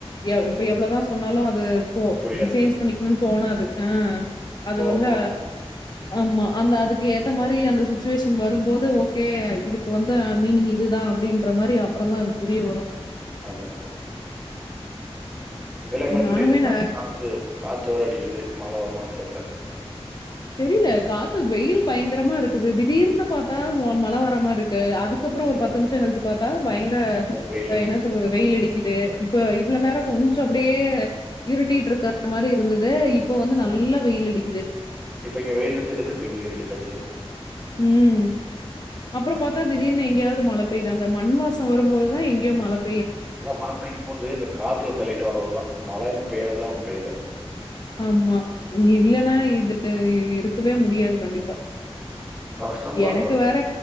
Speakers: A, on the left; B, in the centre.
A: யா
B: ம்.
A: இப்ப எவ்ளதா சொன்னாலூ அது போ
B: புரியாது.
A: ம் சேஞ்ச் பண்ணிக்கணுன் தோணாது ம் அது
B: போக
A: வந்து
B: போக
A: அ ஆமா அந்த அதுக்கு ஏத்த மாரி அந்த சுச்சுவேஷன் வரும்போது ஓகே இதுக்கு வந்த் து மீனிங் இதுதா அப்டீன்ற மாரி அப்றோந்தா அது புரிய வரூ
B: ஆமா ஆமா இதுலா என்ன
A: நானுமே
B: திடீர்னு கா
A: நான்
B: காத்து காத்து வேற அடிக்கிது மழ வருமானு தெர்ல
A: தெரில காத்து வெயில் பயங்கரமா இருக்குது திடீர்னு பாத்தா <unintelligible> மழ வர மார்ருக் கே அதுக்கப்றோ
B: ம்
A: ஒரு பத்து நிம்ஷோ கழிச்சு பாத்தா பயங்கர
B: வெயில்
A: என்ன சொல்றது வெயில் அடிக்கிது இப்ப இவ்ள நேரோ கொஞ்சோ அப்டியே இருட்டிட்டு இருக்ற மாரி இருந்தது இப்ப வந்து நல்லா வெயில் அடிக்கிது
B: இப்போ இங் வெயில் அடிச்சிட்ருந்தது இங்க இருட்டு கட்டுது
A: உம் அப்றோ பாத்தா திடீர்னு எங்யாது மழ பெய்து அந்த மண் வாசோ வரும் போதுதா எங்கேயோ மழப்
B: எதா மழ பெய்யு போது இந்த காத்தில தள்ளிட்டு வர்றதுதா மழன் பேறதல்லா ஒண்ணு பேய்ல
A: ஆமா இல்லன்னா இது இருக்கவே முடியாது கண்டிப்பா
B: கஷ்டம் தான்
A: எனக்கு வேற